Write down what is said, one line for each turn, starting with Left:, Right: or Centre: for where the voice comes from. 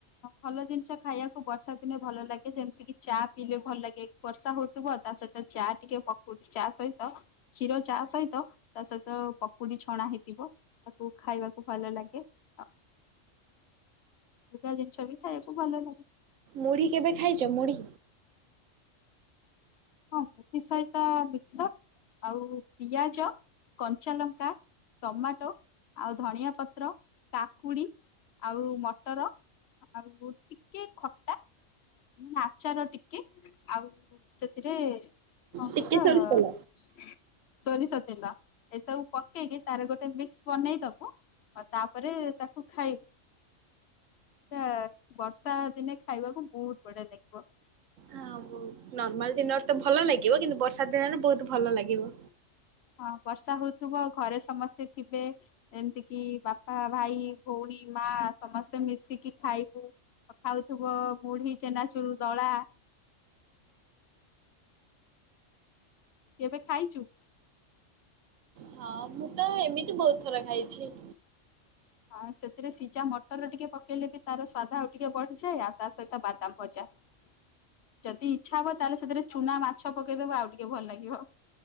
Left: ଭଲ ଜିନିଷ ଖାଇବାକୁ ବର୍ଷା ଦିନେ ଭଲ ଲାଗେ ଯେମିତି କିି ଚା ପିଇଲେ ଭଲ ଲାଗେ। ବର୍ଷା ହଉଥିବ ତା ସହିତ ଚା ଟିକେ ପକଉଛି ଚା ସହିତ କ୍ଷୀର ଚା ସହିତ ତା ସହିତ ପକୁଡି ଛଣା ହେଇଥିବ ତାକୁ ଖାଇବାକୁ ଭଲ ଲାଗେ ଆ ଅଲଗା ଜିନିଷ ବି ଖାଇବା ଭଲ ଲାଗେ।
Right: ମୁଢ଼ି କେବେ ଖାଇଛ ମୁଢ଼ି?
Left: ହଁ ମୁଥି ସହିତ ମିକ୍ସର ଆଉ ପିଆଜ କଞ୍ଚା ଲଙ୍କା ଟମାଟୋ ଆଉ ଧନିଆ ପତ୍ର କାକୁଡି ଆଉ ମଟର ଆଉ ଟିକେ ଖଟା ମାନେ ଆଚାର ଟିକେ ଆଉ ସେଥିରେ କଣ କହିଲ?
Right: ଟିକେ ସୋରିଷ ତେଲ।
Left: ସୋରିଷ ତେଲ ଏସବୁ ପକେଇକି ତାର ଗୋଟେ ମିକ୍ସ ବନେଇ ଦବୁ ଆଉ ତାପରେ ତାକୁ ଖାଇବୁ। ଆ ବର୍ଷା ଦିନେ ଖାଇବାକୁ ବହୁତ ବଢିଆ ଲାଗିବ।
Right: ଆଉ ନର୍ମାଲ ଦିନରେ ତ ଭଲ ଲାଗିବ କିନ୍ତୁ ବର୍ଷା ଦିନରେ ବହୁତ ଭଲ ଲାଗିବ।
Left: ହଁ ବର୍ଷା ହଉଥିବ ଘରେ ସମସ୍ତେ ଥିବେ। ଏମିତି କିି ବାପା ଭାଇ ଭଉଣୀ ମା ସମସ୍ତେ ମିଶିକି ଖାଇବୁ। ଖାଉଥିବ ମୁଢି ଚେନାଚରୁ ଦଳା। କେବେ ଖାଇଛୁ?
Right: ହଁ ମୁଁ ତ ଏମିତି ବହୁତ ଥର ଖାଇଛି।
Left: ହଁ ସେଥିରେ ସିଝା ମଟର ଟିକେ ପକେଇଲେ ବି ତାର ସ୍ୱାଦ ଆଉ ଟିକେ ବଢିଯାଏ ଆଉ ତା ସହିତ ବାଦାମ ଭଜା। ହୁଁ ଯଦି ଇଚ୍ଛା ହବ ତାହେଲେ ସେଥିରେ ଚୁନା ମାଛ ପକେଇଦବ ଆଉ ଟିକେ ଭଲ ଲାଗିବ।